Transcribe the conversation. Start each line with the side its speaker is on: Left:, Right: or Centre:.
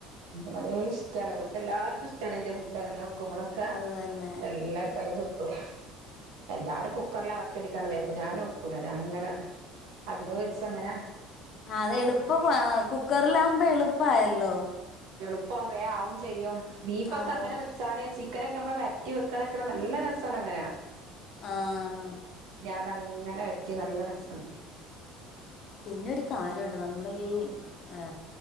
Right: വല്ല്യ ഇഷ്ടാണ് ഇവ്ട്ത്തെ എല്ലാർക്കും ഇഷ്ട്ടാണ് എന്റെ മുട്ട അങ്ങനെ വെക്കുമ്പളോക്കെ
Left: അത് തന്നെ
Right: എല്ലാർക്കും നല്ല ത്യ <unintelligible> എല്ലാരും കുക്കറിലറ്റടിക്കാണ്ട് വേമ് വെക്കും ഞാൻ വെക്കൂല ഞാൻ അങ്ങനെ അതിമെ വെച്ചങ്ങനെ
Left: അത് എളുപ്പം ആ കുക്കറ്ലാ വ്മ്പോളുപ്പായല്ലോ.
Right: പ്പം വേം ആവുംചെയ്യും ബീഫൊക്കെ
Left: ആവും
Right: അങ്ങനെ വെച്ചാലെ ചിക്കനെ മ്മള് വര്റ്റി വെക്കണെക്ണെ നല്ല രസാണ്ങ്ങന.
Left: ആഹ്
Right: അതങ്ങനെ വറ്റി നല്ല രസണ്
Left: പിന്നെ ഒരു കാര്യണ്ട് ന്നമ്മള് ഈ ഏ